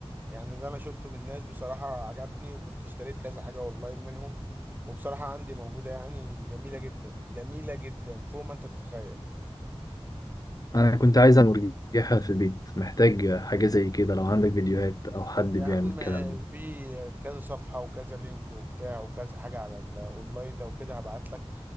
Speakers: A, on the right; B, on the left.
A: يعني اللي انا شفته من الناس بصراحة عجبني وكنت اشتريت كذا حاجة اونلاين منهم وبصراحة عندي موجودة يعني جميلة جدا جميلة جدا فوق ما انت تتخيل
B: انا كنت عايز اعمل مرجحة في البيت محتاج حاجة زي كده لو عندك فيديوهات او حد
A: يا
B: بيعمل
A: عم
B: الكلام ده
A: في كذا صفحة وكذا لينك وبتاع وكذا حاجة على الاونلاين لو كده هبعت لك